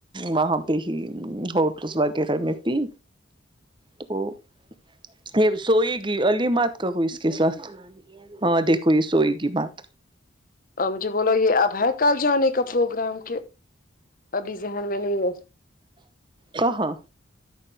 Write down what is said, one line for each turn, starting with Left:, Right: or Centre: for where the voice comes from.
Right: وہاں پہ ہی ہو <unintelligible> گھر میں پی تو یہ سوئے گی علیم مت کہو اس کے ساتھ ہاں دیکھو یہ سوئی کی بات
Left: اور مجھے بولو یہ اب ہے کل جانے کا پروگرام کے ابھی ذہن میں نہیں ہے
Right: کہاں